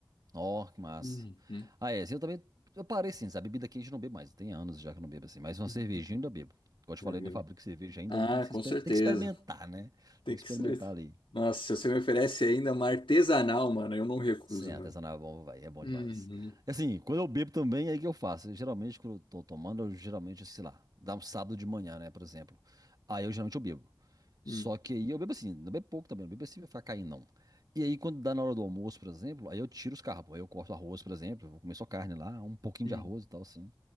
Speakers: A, on the right; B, on the left.
A: ó, que massa.
B: Uhum.
A: Ah, é, assim, eu também. Eu parei sim, sabe? Bebida quente eu não bebo mais. Tem anos já que eu não bebo assim. Mas uma
B: Uhum.
A: cervejinha eu ainda bebo. Como eu te
B: Ah,
A: falei,
B: meu-
A: eu ainda fabrico cerveja ainda
B: ah,
A: e tem que
B: com
A: se exper-
B: certeza.
A: tem que experimentar, né?
B: Tem
A: Tem que experimentar
B: que ser.
A: ali.
B: Nossa, se você me oferece ainda uma artesanal, mano, eu não recuso,
A: Sim, artesanal
B: mano.
A: é bom, vai, é bom
B: Uhum.
A: demais. E assim, quando eu bebo também, aí que eu faço. Eu, geralmente, quando eu tô tomando, eu geralmente, sei lá, dá um sábado de manhã, né, por exemplo. Aí eu geralmente eu bebo. Só
B: Uhum.
A: que aí eu bebo assim, não bebo pouco também, não bebo assim pra ficar caindo, não. E aí, quando dá na hora do almoço, por exemplo, aí eu tiro os carbos. Aí eu corto arroz, por exemplo, eu vou comer só carne lá, um pouquinho
B: Uhum.
A: de arroz e tal, assim.